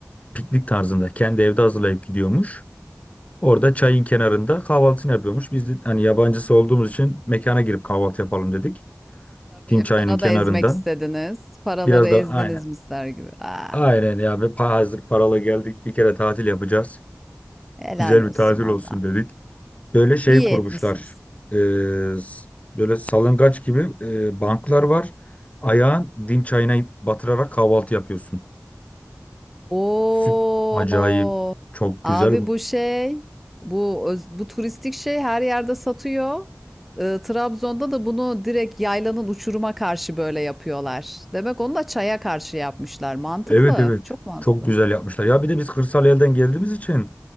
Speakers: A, on the left; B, in the centre.
A: Piknik tarzında kendi evde hazırlayıp gidiyormuş. Orada çayın kenarında kahvaltısını yapıyormuş. Biz de hani yabancısı olduğumuz için mekana girip kahvaltı yapalım dedik.
B: Tabii,
A: Dim çayının
B: para
A: kenarında.
B: da ezmek istediniz. Paraları
A: Biraz
B: ezdiniz
A: da aynen.
B: mister gibi. Ah,
A: Aynen ya. Ve pa- hazır paralı geldik. Bir kere tatil yapacağız.
B: helal
A: Güzel bir
B: olsun
A: tatil
B: valla.
A: olsun dedik. Böyle şey
B: İyi
A: kurmuşlar.
B: etmişsiniz.
A: Ee, s- böyle salıngaç gibi e, banklar var. Ayağın dim çayına batırarak kahvaltı yapıyorsun.
B: Oo,
A: Süp acayip çok
B: Abi
A: güzel bu.
B: bu şey, bu öz bu turistik şey her yerde satıyor. Iıı, Trabzon'da da bunu direkt yaylanın uçuruma karşı böyle yapıyorlar. Demek onu da çaya karşı yapmışlar. Mantıklı,
A: Evet evet
B: çok mantıklı.
A: çok güzel yapmışlar. Ya bir de biz kırsal elden geldiğimiz için